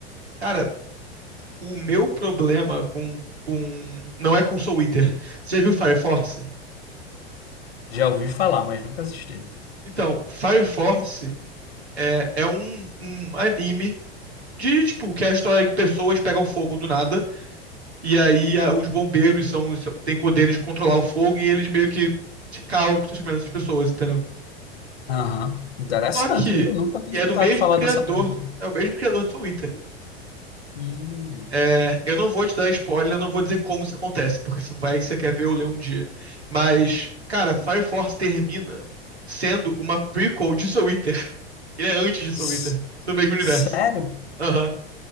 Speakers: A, on the right; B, on the left.
A: Cara, o meu problema com, com. Não é com Soul Eater. Você já viu Fire Force?
B: Já ouvi falar, mas nunca assisti.
A: Então, Fire Force é, é um, um anime de, tipo, que é a história que pessoas pegam fogo do nada. E aí a- os bombeiros são, são- têm poderes de controlar o fogo e eles meio que ficaram com o sofrimento dessas pessoas, entendeu?
B: Aham, Interessante,
A: Só que
B: viu? Nunca tinha
A: e
B: escutado
A: é do mesmo
B: falar
A: criador,
B: dessa premissa.
A: é o mesmo criador de Soul Eater.
B: Hum.
A: É, eu não vou te dar spoiler, eu não vou dizer como isso acontece, porque isso vai que você quer ver ou ler um dia. Mas, cara, Fire Force termina sendo uma prequel de Soul Eater. Ele é antes de Soul
B: S-
A: Eater, no mesmo universo.
B: Sério?
A: Aham.